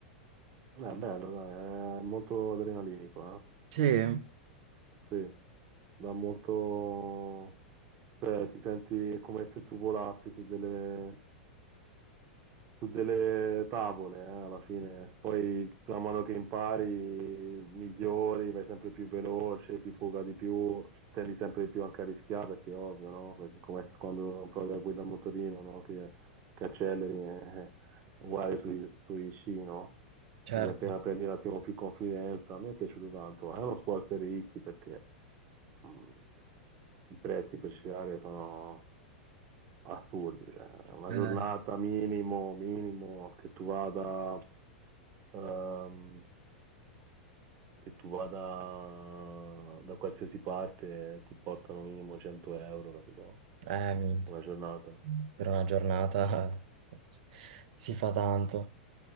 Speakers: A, on the right (about 40°); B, on the right (about 60°).
A: Beh, bello, dai, è molto adrenalinico,
B: Sì,
A: eh? Sì, dà molto... Cioè, ti senti come se tu volassi su delle, su delle tavole, eh, alla fine. Poi man mano che impari, migliori, vai sempre più veloce, ti fuga di più, tendi sempre di più anche a rischiare, perché è ovvio, no? Perché come quando provi a guidare un motorino, no? Che, che acceleri, eh, uguale sui, sui sci, no?
B: certo.
A: Quindi appena prendi un attimo più confidenza, a me è piaciuto tanto. È uno sport per ricchi perché Mm, I prezzi per sciare sono assurdi, cioè, una
B: Eh,
A: giornata minimo, minimo, che tu vada, ehm, che tu vada da qualsiasi parte eh, ti portano minimo 100 euro, capito?
B: eh, minchia.
A: Una giornata,
B: Per una giornata <laughs> si fa tanto,